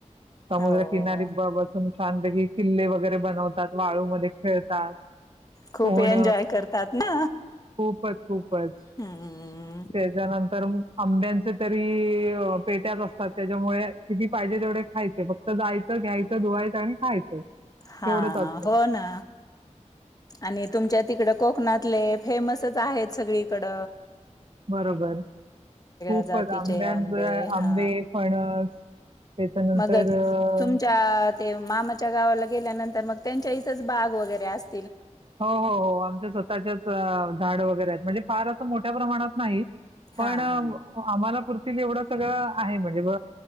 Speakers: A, on the right; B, on the left.
A: समुद्रकिनारी
B: हो.
A: बसून. छानपैकी किल्ले वगैरे बनवतात वाळूमध्ये- खेळतात
B: खूप
A: पोहण
B: एन्जॉय करतात ना
A: खूपच खूपच
B: हम्म.
A: तेज्यानंतर तर आंब्यांचे तरी पेट्याच असतात. त्याच्यामुळे किती पाहिजे तेवढे खायचे फक्त जायचं घ्यायचं धुवायचं आणि खायचं.
B: हा
A: एवढंच असतं.
B: हो ना आणि तुमच्या तिकड कोकणातले फेमसच आहेत सगळीकड
A: बरोबर खूपच
B: जातीचे
A: आंब्यांच
B: आंबे हा
A: आंबे फणस त्याच्यानंतर
B: मग
A: अ
B: तुमच्या ते मामाच्या गावाला गेल्यानंतर- तर मग. त्यांच्या इथंच बाग वगैरे असते
A: हो हो हो आमच्या स्वतःचेच झाड वगैरे आहेत. म्हणजे फार असं मोठ्या प्रमाणात नाही. पण
B: हा
A: आम्हाला
B: हा.
A: पुरतील एवढं सगळं. आहे म्हणजे ब